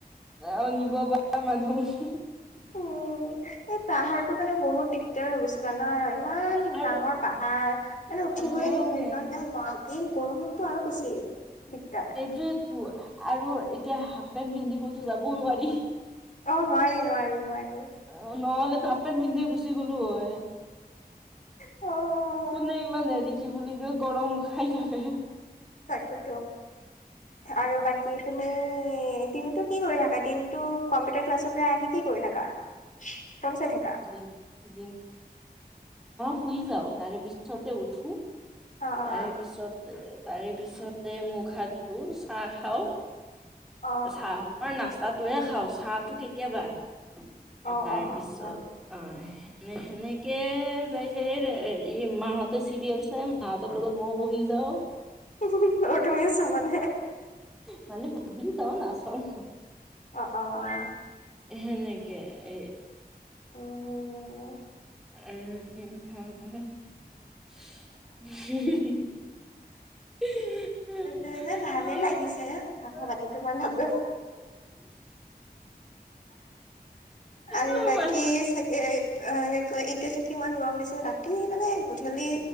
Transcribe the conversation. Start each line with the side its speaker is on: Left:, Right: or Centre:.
Centre: <inaudible> নিব পাৰা মানু্হ।
Left: উম, এই পাহাৰতটো কাৰানে বহুত দিগদাৰ হৈ গৈছে জানা? ইমান
Centre: আৰু
Left: ডাঙৰ পাহাৰ মানে উঠিবই
Centre: হয়
Left: <inaudible>
Centre: দিয়া
Left: ইমান গম এই বৰ তটো আৰু বেছি দিগদাৰ।
Centre: সেইটোয়ো আৰু এতিয়া হাফ পেণ্ট পিন্ধি ক'তো যাবও নোৱাৰি।
Left: অ, নোৱাৰি নোৱাৰি নোৱাৰি।
Centre: অ, নহ'লেতো হালফ পেণ্ট পিন্ধিয়ে গুছ গলো হয়
Left: অ'
Centre: কোনে ইমান হেৰি কি বুলি কৈ গৰম খাই থাকে।
Left: তাকেতো। আৰু বাকী তুমি দিনতটো কি কৰি থাকা? দিনটো কম্পিউটাৰ ক্লাছৰ পৰা আহে কি কৰি থাকা? ফোন চাই
Centre: <inaudible>
Left: থাকা
Centre: শুই যাও তাৰে পিছতে উঠো।
Left: অ অ
Centre: তাৰে পিছতে তাৰে পিছতে মুখ হাত ধুওঁ চাহ খাওঁ।
Left: অ
Centre: চাহৰ নাস্তাটোহে খাওঁ চাহটো কেতিয়াবা,
Left: অ অ
Centre: এ তাৰ
Left: অ
Centre: পিছ
Left: আচ্ছা
Centre: অ, স সেনেকে যাই যাই হেৰি মাহতে চিৰিয়েল চাই মাহ তৰ লগত মই বহি যাওঁ।
Left: <inaudible>
Centre: মানে বহি যাওঁ নাচাও মই।
Left: অ, অ, অ।
Centre: সেনেকে এই
Left: উম
Centre: <inaudible> <unintelligible>
Left: এই এনে ভালেই
Centre: অ
Left: লাগিছে কথা
Centre: অ
Left: পাতি তোমাৰ লগত। আৰু
Centre: অ
Left: বাকী
Centre: মাই
Left: চাগে অ, কি কয় এতিয়াতো কিমান গৰম দিছে ৰাতি মানে গধূলি